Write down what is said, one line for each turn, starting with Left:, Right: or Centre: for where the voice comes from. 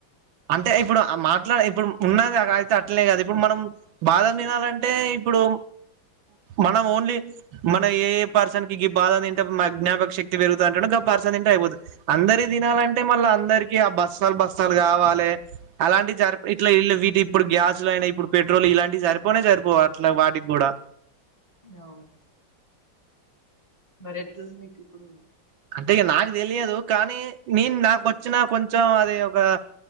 Right: అంటే ఇప్పుడు మాట్లాడ ఇప్పుడు ఉన్నది అ అయితే అట్లే కదా ఇప్పుడు మనం బాధం తినాలంటే ఇప్పుడు మనం ఓన్లీ మన ఏ ఏ పర్సన్ కి బాధ తింటే జ్ఞాపక శక్తి పెరుగుత అంటడో గవ్ పర్సన్ తింటే అయిపోతుంది. అందరి తినాలంటే మళ్ళీ, అందరికీ ఆ బస్తాలు బస్తాలు కావాలి. ట్లే అలాంటి జరిప్ ఇట్లా ఇల్ వీటి ఇప్పుడు గ్యాస్ లైనై ఇప్పుడు పెట్రోల్ ఇలాంటివి సరిపోనే సరిపోవ్ అట్లా వాటికి కూడా
Left: అవున్ మరి ఎట్లా మీకు ఇప్పుడు
Right: అంటే నాకు తెలియదు కానీ నేను నాకొచ్చిన కొంచెం అది ఒక